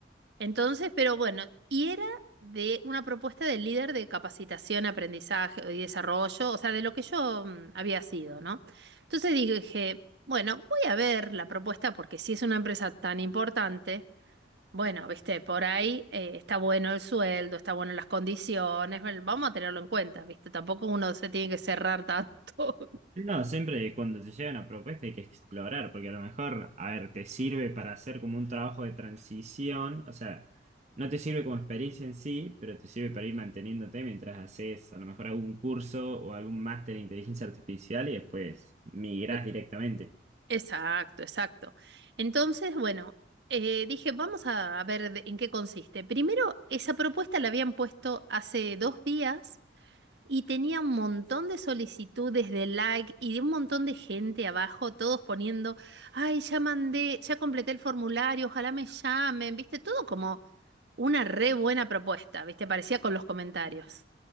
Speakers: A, on the right (about 65°); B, on the right (about 35°).
A: Entonces, pero bueno, y era de una propuesta del líder de capacitación, aprendizaje y desarrollo, o sea, de lo que yo mm, había sido, ¿no? Entonces dije, bueno, voy a ver la propuesta porque si es una empresa tan importante, bueno, viste, por ahí eh, está bueno el sueldo, está bueno las condiciones, bueno, vamos a tenerlo en cuenta, viste, tampoco uno se tiene que cerrar tanto.
B: No, siempre cuando te llega una propuesta hay que explorar, porque a lo mejor, a ver, te sirve para hacer como un trabajo de transición, o sea, no te sirve como experiencia en sí, pero te sirve para ir manteniéndote mientras haces a lo mejor algún curso o algún máster en inteligencia artificial y después migrás
A: <laughs>
B: directamente.
A: Exacto, exacto. Entonces, bueno, eh, dije, vamos a ver de- en qué consiste. Primero, esa propuesta la habían puesto hace dos días y tenía un montón de solicitudes de like y de un montón de gente abajo, todos poniendo, ay, ya mandé, ya completé el formulario, ojalá me llamen, viste, todo como una re buena propuesta, viste, parecía con los comentarios.